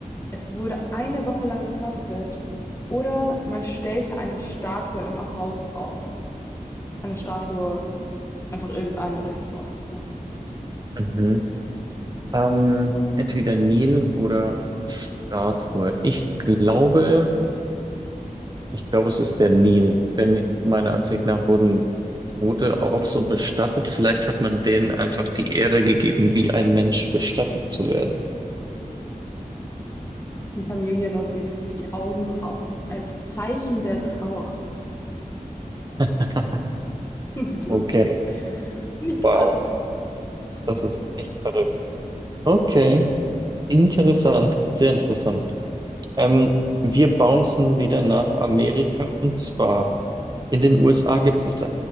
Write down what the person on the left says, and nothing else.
Es wurde eine Woche lang gefastet. Oder man stellte eine Statue im Haus auf. Eine Statue, einfach irgendeine, denke ich mal. Genau.
Die Familie rasierte sich die Augenbrauen als Zeichen der Trauer. <laughs>
Das ist lustig.
Finde ich krass.
<clears throat>